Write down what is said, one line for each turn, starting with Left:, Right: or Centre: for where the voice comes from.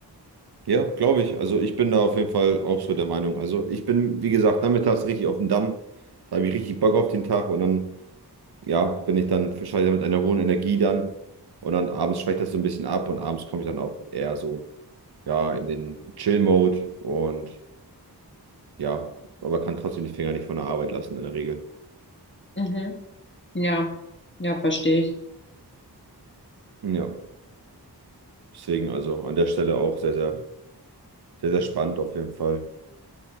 Right: Ja, glaube ich. Also ich bin da auf jeden Fall auch so der Meinung. Also ich bin, wie gesagt, nachmittags richtig auf dem Damm. Da habe ich richtig Bock auf den Tag und dann, ja, bin ich dann wahrscheinlich mit einer hohen Energie dann. Und dann abends schwächt das so ein bisschen ab und abends komme ich dann auch eher so, ja, in den Chill-Mode und ja, aber kann trotzdem die Finger nicht von der Arbeit lassen in der Regel.
Left: Mhm. Ja, ja, verstehe ich.
Right: Ja, deswegen also an der Stelle auch sehr, sehr, sehr, sehr spannend auf jeden Fall.